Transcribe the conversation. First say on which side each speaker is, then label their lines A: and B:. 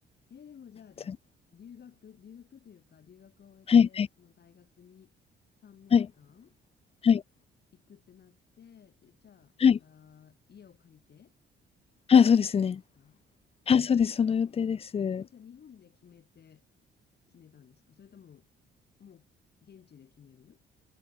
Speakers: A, on the left (about 55°); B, on the left (about 30°).
A: えー、でもじゃあ、
B: た
A: 留学、留学というか、留学を終えて、
B: はいはい
A: その大学に3年間
B: はいはい
A: 行くってなって、で、じゃあ、また家を借りて
B: はい。あ、そうですね。
A: 行くんですか
B: あ、そうです、その予定です。
A: えー、えーじゃあ、日本で決めて、決めたんですかそれとも、もう、現地で決める